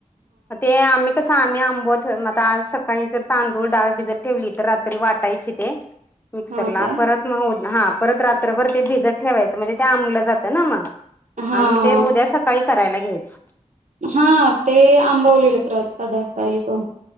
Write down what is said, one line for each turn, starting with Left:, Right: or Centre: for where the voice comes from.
Left: म ते आम्ही कस आम्ही आंबोत म आज सकाळी जर तांदूळ डाळ भिजर ठेवली तर रात्री वाटायची ते. मिक्सरला
Right: हा काय
Left: परत मग हा परत रात्रभर ते भिजत ठेवायचं म्हणजे ते आंबलं जातं ना मग.
Right: हा
Left: ह मग ते उद्या सकाळी करायला घ्यायच.
Right: हा ते आंबवलेले पदार्थ येतो.